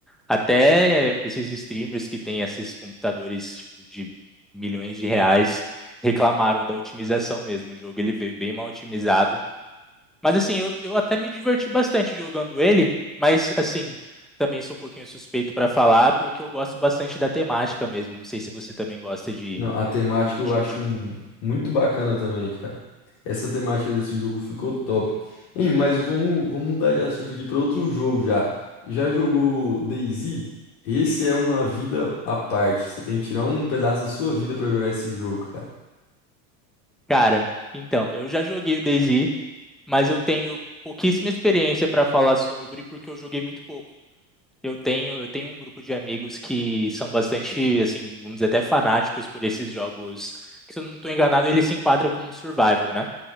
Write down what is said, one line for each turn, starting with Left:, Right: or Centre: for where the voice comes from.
Centre: Até eh, esses streamers que têm esses computadores tipo, de milhões de reais reclamaram da otimização mesmo. O jogo ele veio bem mal otimizado. Mas assim, eu, eu até me diverti bastante jogando ele, mas assim, também sou um pouquinho suspeito para falar porque eu gosto bastante da temática mesmo. Não sei se você também gosta de,
Left: Não, a temática
Centre: do,
Left: eu
Centre: de,
Left: acho
Centre: de...
Left: mu- muito bacana também, cara. Essa temática desse jogo ficou top. Hein, mas vamos, vamos mudar de assunto aqui para outro jogo já. Já jogou DayZ? Esse é uma vida à parte. Você tem que tirar um pedaço da sua vida para jogar esse jogo, cara.
Centre: Cara, então, eu já joguei o DayZ, mas eu tenho pouquíssima experiência para falar sobre porque eu joguei muito pouco. Eu tenho, eu tenho um grupo de amigos que são bastante, assim, vamos dizer, até fanáticos por esses jogos. Que, se eu não estou enganado, ele se enquadra como survival, né?